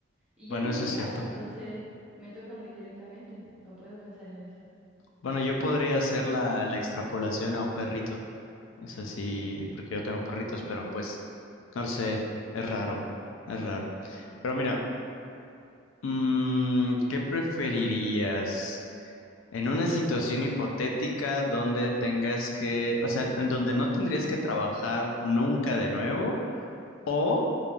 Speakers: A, in the centre; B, on the left.
A: Y
B: Bueno,
A: yo tengo
B: eso es
A: gato,
B: cierto.
A: entonces me toca muy directamente. No puedo pensar en eso.
B: Bueno, yo podría hacer la, la extrapolación a un perrito. O sea, sí,
A: Mm,
B: porque yo tengo perritos, pero pues, no lo sé, es raro, es raro.
A: ujú,
B: Pero mira, Mm, ¿qué preferirías? En una situación hipotética donde tengas que, o sea, en donde no tendrías que trabajar nunca de nuevo, o